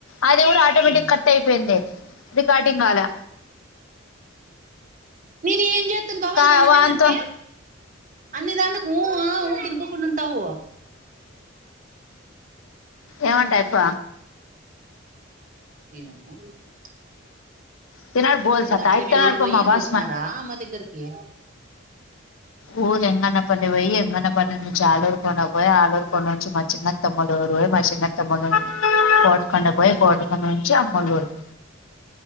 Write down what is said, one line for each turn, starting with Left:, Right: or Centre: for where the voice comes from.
Left: అది కూడా ఆటోమేటిక్
Right: ఉమ్
Left: కట్ అయిపోయింది రికార్డింగ్ రాలే
Right: నేను ఏం చేస్తాను కాబదు
Left: కా
Right: రాలేదంటే
Left: వాంతో
Right: అన్ని దానికు ఊ ఆ తినుకోకుండా ఉంటావు
Left: ఏమంటాయిప్ప
Right: ఏమో ఓటి
Left: తినాడు బోల్స్
Right: నిన్న
Left: అత్త
Right: అట్లే
Left: అయితున్నాడు
Right: మీ ఊరు పోయయి
Left: మా
Right: ఇరికి
Left: బాస్మ
Right: వచ్చినారా అమ్మ దగ్గరకి
Left: ఊ ఎంగన్న పల్లె పోయి ఎంగనా పల్లె చాలా రోజులకి పోయిన ఆలూర్ పోన పోయి ఆలూర్ పోన నుంచి మచ్చ చిన్న తమ్లురు పోయి మచ్చ చిన్న తమ్ములు ఊరు కోటుకండ పోయి కోటుకండ నుంచి అమ్మలుకు